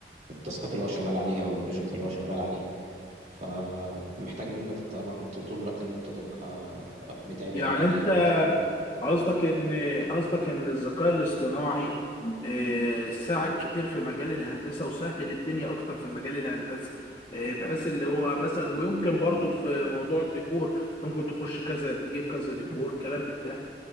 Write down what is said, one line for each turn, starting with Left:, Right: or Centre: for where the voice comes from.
Right: التاسكات اللي هو شغال عليها أو البروجكت اللي هو شغال عليه فمحتاج منك طبعا طول الوقت إن أنت تبقى آه، متابع
Left: يعني
Right: الجديد
Left: انت
Right: والحاجات
Left: قصدك
Right: دي
Left: ان قصدك ان الذكاء الاصطناعي آه، ساعد كتير في مجال الهندسه وسهل الدنيا اكتر في مجال الهندسه آه، بحيث اللي هو مثلا ويمكن برضو في موضوع الديكور ممكن تخش كذا تجيب كذا ديكور كلام من ده